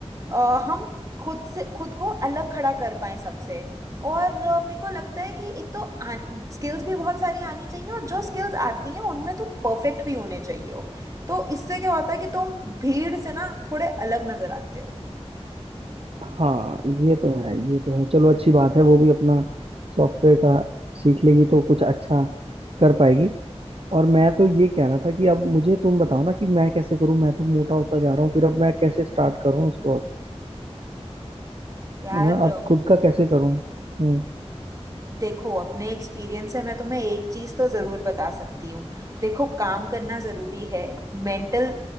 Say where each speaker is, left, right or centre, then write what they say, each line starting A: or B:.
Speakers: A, on the right; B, on the right.
A: अ, हम खुद से खुद को अलग खड़ा कर पाएं सबसे और अ, मेरे को लगता है कि एक तो स्किल्स भी बहुत सारी आनी चाहिए और जो स्किल्स आती हैं उनमें तुम परफेक्ट भी होने चाहिए तो इससे क्या होता है कि तुम भीड़ से ना थोड़े अलग नजर आते हो
B: हाँ ये तो है ये तो है चलो अच्छी बात है वो भी अपना सॉफ्टवेयर का सीख लेगी तो कुछ अच्छा कर पाएगी और मैं तो ये कह रहा था कि अब मुझे तुम बताओ ना कि मैं कैसे करूँ मैं तो मोटा होता जा रहा हूँ फिर अब मैं कैसे स्टार्ट करूँ इसको अब
A: यार
B: है ना अब खुद का कैसे करूँ हम्म
A: देखो अपने एक्सपीरियंस से मैं तुम्हें एक चीज़ तो ज़रूर बता सकती हूँ देखो काम करना ज़रूरी है मेंटल